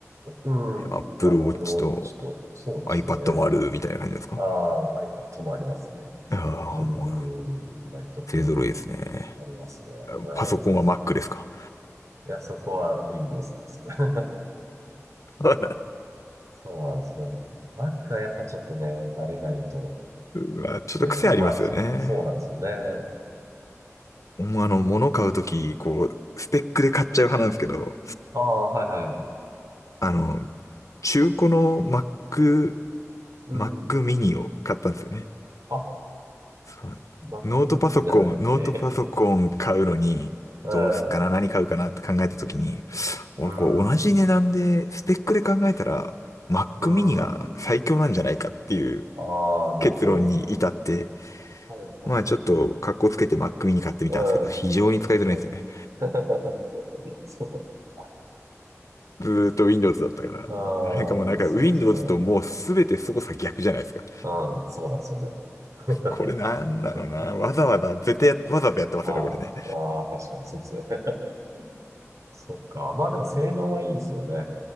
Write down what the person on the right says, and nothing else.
うん、
Apple
Watch
と、そうですね。
ああ、iPad もありますね。
うん、うんまあ一通り
ありますね。うん。
いや、そこは Windows なんですよ。<laughs>
そうなんですよ。Mac はやっぱちょっとね、慣れないと。
ね、まあ、そそうなんですよね。
ああ、はいはい。
うん。
あ、
MacBook
じゃなくて
<laughs> うん。
うん。
うん。
ああ、なるほど。
はいはいはい。
うん。
うん。<laughs> そうなんですね。
ああ、
そうですよね。
うん、そうなんですよね。<laughs>
なんで、
ああ、
ああ、確かにそうですね。<laughs> そっか。まあでも性能はいいですよね。